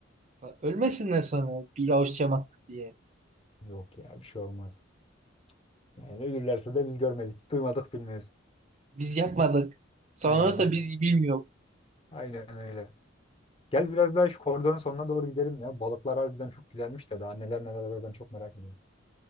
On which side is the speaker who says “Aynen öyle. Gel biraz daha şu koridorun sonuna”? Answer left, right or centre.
Left